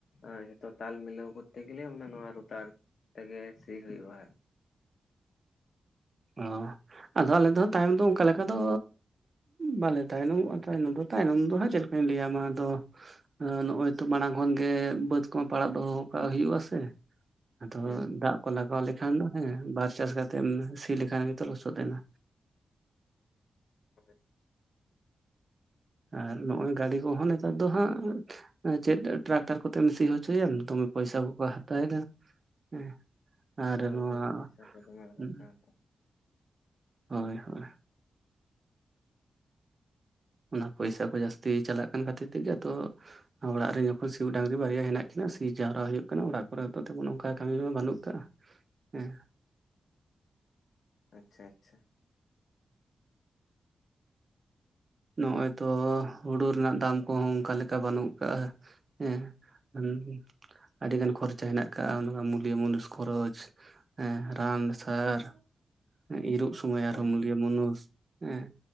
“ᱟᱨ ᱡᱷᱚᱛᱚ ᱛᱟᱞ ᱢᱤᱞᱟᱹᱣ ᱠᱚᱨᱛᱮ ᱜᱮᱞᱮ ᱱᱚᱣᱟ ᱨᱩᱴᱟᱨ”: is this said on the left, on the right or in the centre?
Left